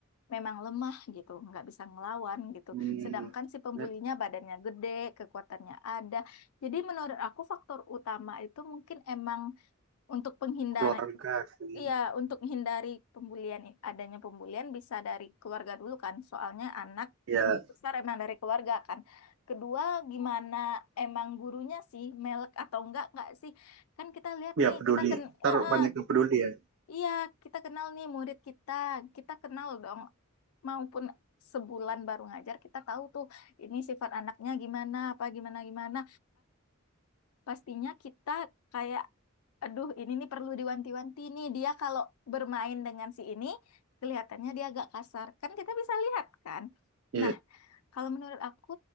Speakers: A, on the left; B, on the right.
A: memang lemah gitu nggak bisa ngelawan gitu
B: Hmm,
A: sedangkan si pembulinya
B: dan
A: badannya gede kekuatannya ada jadi menurut aku faktor utama itu mungkin emang untuk penghindar
B: keluarga sih.
A: Iya, untuk menghindari pembulian, adanya pembulian bisa dari keluarga dulu kan, soalnya anak
B: Ya,
A: tumbuh besar emang dari keluarga kan. Kedua, gimana emang gurunya sih, melek atau enggak enggak sih? Kan kita lihat
B: ya
A: nih,
B: peduli.
A: kita ken,
B: Ntar
A: eh, eh,
B: banyak yang peduli ya.
A: iya kita kenal nih murid kita, kita kenal dong, maupun sebulan baru ngajar kita tahu tuh ini sifat anaknya gimana, apa gimana gimana pastinya kita kayak aduh ini nih perlu diwanti-wanti nih dia kalau bermain dengan si ini kelihatannya dia agak kasar kan kita bisa lihat kan
B: Iya.
A: nah kalau menurut aku